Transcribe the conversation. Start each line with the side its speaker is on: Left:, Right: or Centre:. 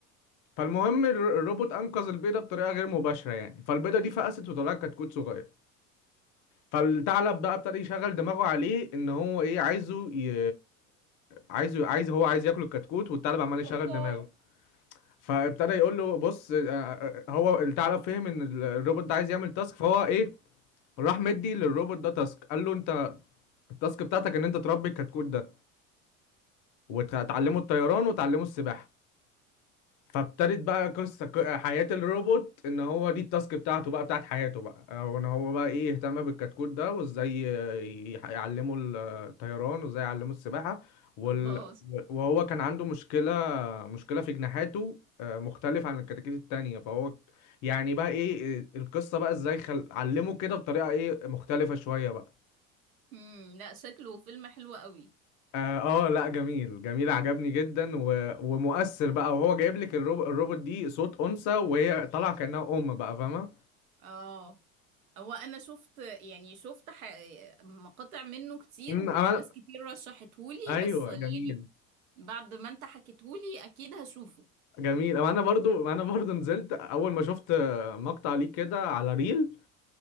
Left: فالمهم الر- الروبوت انقذ البيضه بطريقه غير مباشره يعني فالبيضه دي فقست وطلعت كتكوت صغير فالثعلب بقى ابتدى يشغل دماغه عليه ان هو ايه عايزه ي... عايزه عايز هو عايز ياكل الكتكوت والثعلب عمال يشغل
Right: الله
Left: دماغه فابتدى يقول له بص آه، آه، آه، هو الثعلب فهم ان ال- الروبوت ده عايز يعمل تاسك فهو ايه راح مدي للروبوت ده تاسك قال له انت التاسك بتاعتك ان انت تربي الكتكوت ده وتعلمه الطيران وتعلمه السباحه فابتدت بقى قصة ق- حياة الروبوت ان هو دي التاسك بتاعته بقى بتاعت حياته بقى او ان هو بقى ايه يهتم بالكتكوت ده وازاي ي- يعلمه الطيران وازاي يعلمه السباحة وال...
Right: الله
Left: وهو كان عنده مشكلة مشكلة في جناحاته آه، مختلف عن الكتاكيت التانية فهو يعني بقى ايه آه، القصة بقى ازاي خل... علمه كده بطريقة ايه مختلفة شوية بقى
Right: امم لا شكله فيلم حلو قوي
Left: اه آه، لا جميل جميل عجبني جدا و... ومؤثر بقى وهو جايب لك الروب... الروبوت دي صوت انثى وهي طالعه كانها ام بقى فاهمه
Right: اه هو انا شفت يعني شفت ح... مقاطع منه كتير
Left: امم
Right: وناس
Left: انا
Right: كتير رشحتهولي
Left: ايوه
Right: بس يعني
Left: جميل
Right: بعد ما انت حكيتهولي اكيد هشوفه
Left: جميل أما انا برضو أما انا برضو نزلت اول ما شفت مقطع ليه كده على ريل